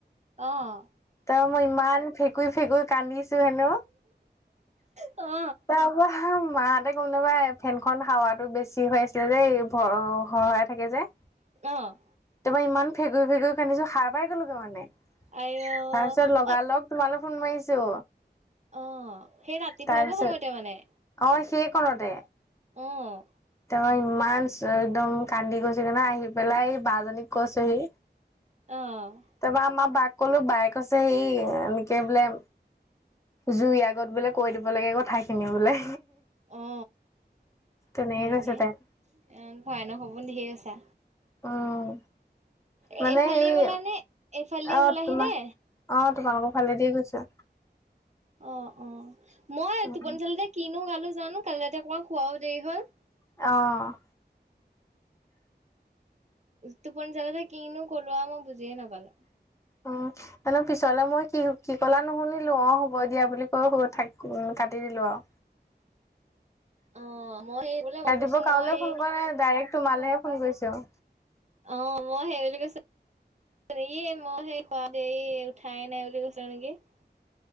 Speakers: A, on the right; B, on the left.
A: অ',
B: তাৰ মই ইমান ফেকুৰি-ফেকুৰি কান্দিছো হেনো
A: অ
B: তাৰপৰা মাহতে ক'ম নাবা ফেনখন হাৱাটো বেছি হৈ আছিলে যেৰ সহাই থাকে যে।
A: অ ',
B: তাৰপা ইমান ফেকুৰি - ফেকুৰি কান্দিছো সাৰ পাই গলো ত মানে তাৰ
A: আইঅ
B: পিছত লগা
A: অ
B: লগ তোমালে ফোন মাৰিছো।
A: অ, সেই ৰাতিপুৱাবোৰ
B: তাৰপিছত
A: সময়তে মানে।
B: অ, সেই কণতে।
A: অ',
B: তেও ইমান একদম কান্দি গৈছেগে না আহি পেলাই বজনীক কৈছোহি।
A: অ',
B: তাৰপৰা আমাৰ বাক কলো বাই কৈছে সেই এনেকে বোলে জুইৰ আগত বোলে কৈ দিব লাগে কথা খিনি বোলে।
A: অ
B: তেনেকে
A: হয়নে
B: কৈছে তাই।
A: ভয়ানক সপোন দেখি গৈছা।
B: উম মানে
A: এইফালে
B: সেই
A: গলা নে এইফালিয়ে
B: অ
A: গলাহি
B: তোমাৰ
A: নে?
B: অ, তোমালোকৰ ভালেদি গৈছে।
A: অ' অ' মই
B: উম
A: টোপনি জালতে কিনো গালো জানো কালি ৰাতি অকমান শুৱাও দেৰি হ'ল
B: অ',
A: টোপনি জালতে কিনো ক'লো আউ মই বুজিয়ে নাপালে
B: অ', অলপ পিছলে মই কি কি কলা নুশুনিলো অ' হ'ব দিয়া বুলি কৈ শুই থাক অ' কাটি দিলো আৰু
A: অ মই সেই বোলে মই
B: ৰাতিপুৱা
A: কৈছো
B: কালৈ
A: মই
B: ফোন কৰে? ডাইৰেক্ট তোমালৈহে ফোন কৰিছো।
A: অ', অ', সেই বুলি কৈছো। ই মই সেই কোৱাতে এই উঠাই নাই বুলি কৈছিল নেকি? <unintelligible>